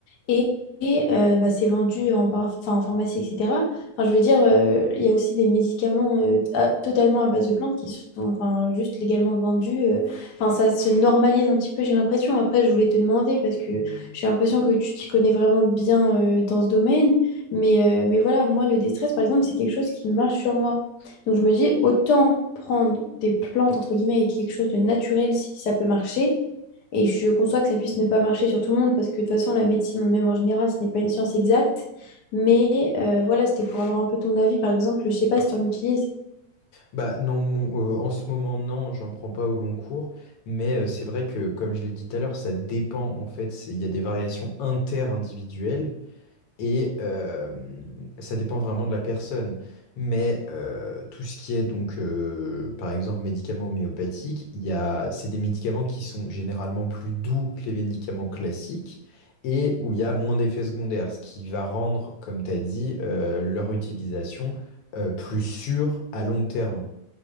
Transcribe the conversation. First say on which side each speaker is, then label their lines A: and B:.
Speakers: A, on the left; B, on the left.
A: Et, et, euh, bah, c'est vendu en, para- enfin, en pharmacie, etc. Enfin, je veux dire, euh, il y a aussi des médicaments euh, à- totalement à base de plantes qui sont enfin, juste légalement vendus. euh. Enfin, ça se normalise un petit peu, j'ai l'impression. Après, je voulais te demander parce que j'ai l'impression que tu t'y connais vraiment bien euh, dans ce domaine. Mais, euh, mais voilà, moi, le déstress, par exemple, c'est quelque chose qui marche sur moi. Donc, je me dis, autant prendre des plantes, entre guillemets, et quelque chose de naturel si ça peut marcher et je conçois que ça puisse ne pas marcher sur tout le monde parce que de toute façon, la médecine, même en général, ce n'est pas une science exacte. Mais euh, voilà, c'était pour avoir un peu ton avis, par exemple. Je ne sais pas si tu en utilises.
B: Bah non, mon- euh, en ce moment, non, j'en prends pas au long cours, mais euh, c'est vrai que, comme je l'ai dit tout à l'heure, ça dépend en fait, c'est- il y a des variations inter-individuelles. Et euh, ça dépend vraiment de la personne. Mais euh, tout ce qui est donc, euh, par exemple, médicaments homéopathiques, il y a, c'est des médicaments qui sont généralement plus doux que les médicaments classiques et où il y a moins d'effets secondaires, ce qui va rendre, comme tu as dit, euh, leur utilisation euh, plus sûre à long terme.